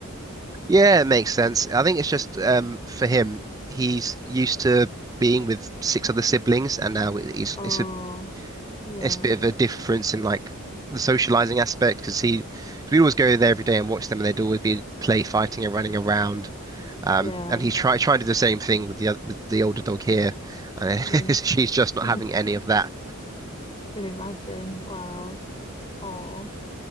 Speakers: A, on the right; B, on the left.
A: yeah, it makes sense. I think it's just um, for him, he's used to being with six other siblings, and now he's
B: Oh,
A: it's it's a
B: yeah,
A: it's a bit of a difference in like the socializing aspect because he we always go there every day and watch them and they'd always be play fighting and running around. Um,
B: yeah.
A: and he tried trying to do the same thing with the oth- with the older dog here, and
B: Mm.
A: <laughs> she's just
B: <laughs>
A: not having any of that.
B: Can imagine. Wow. Oh,